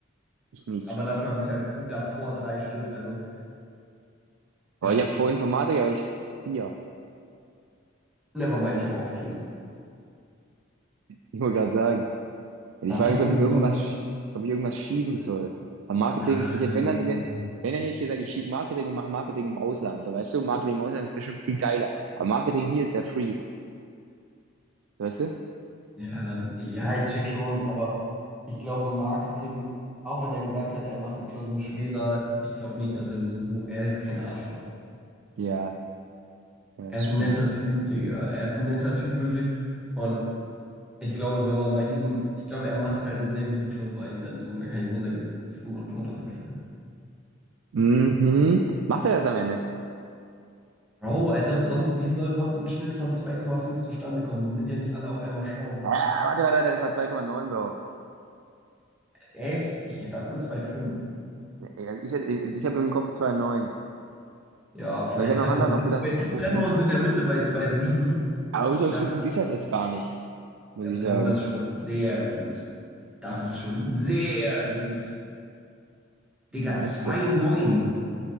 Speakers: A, on the right; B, in the centre.
A: Ich nicht.
B: Aber dafür habe ich halt fu- davor drei Stück. Also
A: Aber
B: ja,
A: ich habe vor Informatik, habe ich vier.
B: nevermind, ich habe auch vier.
A: Ich wollte gerade sagen. Ja,
B: Was
A: die Frage
B: hast
A: ist, ob
B: denn
A: ich
B: du
A: irgendwas,
B: noch?
A: sch- ob ich irgendwas schieben soll. Aber Marketing,
B: Nein.
A: ich hätte, wenn dann, nicht wenn wenn dann hätte ich gesagt, ich schiebe Marketing und mache Marketing im Ausland. So, weißt du, Marketing im Ausland ist bestimmt viel geiler. Aber Marketing hier ist ja free. Weißt du?
B: Ja, ja, ich check schon, aber ich glaube, Marketing, auch wenn er gesagt hat, er macht die Klausur schwerer, ich glaube nicht, dass er so, er ist kein Arschloch.
A: Ja, ja,
B: Er
A: das
B: ist
A: stimmt.
B: ein netter Typ, Digga. Er ist ein netter Typ, wirklich. Und Ich glaube, wenn man bei ihm, ich glaube, er macht halt eine sehr gute Klausureingrenzung. Da kann ich mir sehr gut von- drunter vorstellen.
A: Mhm. Macht er das am Ende?
B: Bro, als ob
A: Ach
B: sonst,
A: so.
B: wie soll sonst ein Schnitt von 2,5 zustande kommen? Die sind ja nicht alle auf einmal schlau.
A: Ah, warte, warte, warte, das war zwei Komma neun Bro.
B: Echt? Ich dachte 2,5.
A: Ja, Ich, ich, ich habe im Kopf zwei Komma neun
B: Ja, vielleicht
A: Weil ich habe
B: treffen
A: am Anfang
B: wir uns,
A: noch
B: <laughs>
A: gedacht,
B: wir,
A: so
B: treffen
A: gut.
B: wir uns in der Mitte bei 2,7.
A: Aber ich glaub,
B: Das,
A: so gut ist das jetzt gar nicht, muss
B: äh,
A: ich
B: Bro,
A: sagen.
B: das ist schon sehr gut. Das ist schon sehr gut. Digga,
A: Meinst
B: 2,9.
A: du?